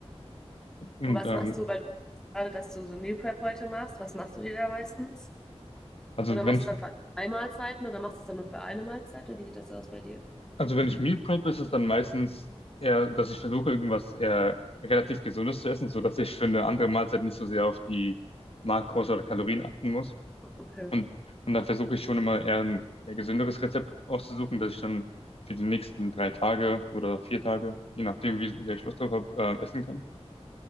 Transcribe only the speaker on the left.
Und
ähm,
also
wenn
Also wenn ich Meal prep, ist es dann meistens eher, dass ich versuche, irgendwas eher relativ Gesundes zu essen, sodass ich für eine andere Mahlzeit nicht so sehr auf die Makros oder Kalorien achten muss.
Und, und dann versuche ich schon immer eher ein eher gesünderes Rezept auszusuchen, dass ich dann für die nächsten drei Tage oder vier Tage, je nachdem, wie sehr ich Lust drauf habe, äh, essen kann.